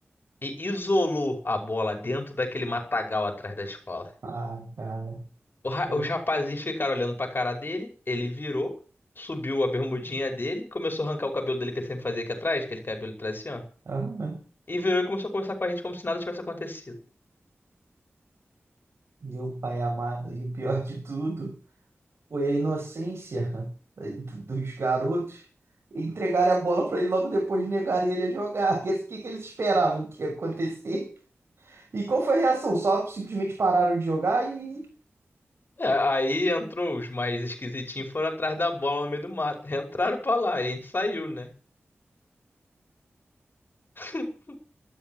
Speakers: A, on the left (about 50°); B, on the right (about 65°).
A: e isolou a bola dentro daquele matagal atrás da escola.
B: Ah, cara.
A: O ra-
B: Eu...
A: Os rapazinhos ficaram olhando pra cara dele, ele virou, subiu a bermudinha dele, começou a arrancar o cabelo dele que ele sempre fazia aqui atrás, aquele cabelo atrás assim, ó.
B: <laughs> Aham.
A: E virou e começou a conversar com a gente como se nada tivesse acontecido.
B: Meu pai amado, e o pior de tudo foi a inocência dos garotos. Entregaram a bola para ele logo depois negaram ele a jogar. <laughs> E assim, O que que eles esperavam que ia acontecer? E qual foi a reação? Só simplesmente pararam de jogar e
A: É, aí entrou os mais esquisitinhos, foram atrás da bola no meio do mato. <laughs> Entraram pra lá e a gente saiu, né? <laughs>